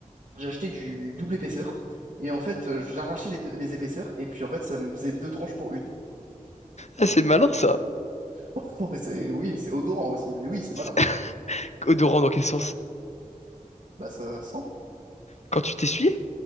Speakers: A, on the right; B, on the left.
A: j'achetais du double épaisseur, et en fait, euh, j'arrachais les, deux- les épaisseurs, et puis en fait, ça me faisait deux tranches pour une.
B: Ah, c'est malin, ça.
A: <laughs> Ouais, c'est, oui, c'est odorant aussi, mais oui, c'est malin.
B: <laughs> Odorant dans quel sens?
A: Bah, ça sent.
B: Quand tu t'essuies